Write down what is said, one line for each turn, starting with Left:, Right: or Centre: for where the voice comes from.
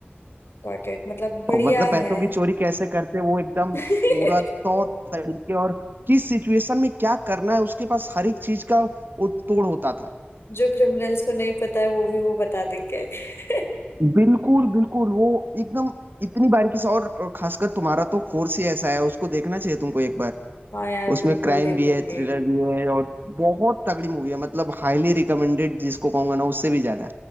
Left: गॉट इट मतलब बढ़िया
Right: और मतलब पैसों
Left: है
Right: की चोरी कैसे करते हैं वो एकदम
Left: <laughs>
Right: पूरा तौर तरीके और किस सिचुएशन में क्या करना है उसके पास हर एक चीज का वो तोड़ होता था
Left: जो क्रिमिनल्स को नहीं पता है वो भी वो बता देंगे <laughs>
Right: बिल्कुल बिल्कुल वो एकदम इतनी बारीकी से और खासकर तुम्हारा तो कोर्स ही ऐसा है उसको देखना चाहिए तुमको एक बार
Left: हाँ यार
Right: उसमें
Left: बिल्कुल
Right: क्राइम
Left: देखूंगे
Right: भी है थ्रिलर भी है और बहुत तगड़ी मूवी है मतलब हाईली रिकमेंडेड जिसको कहूंगा ना उससे भी ज्यादा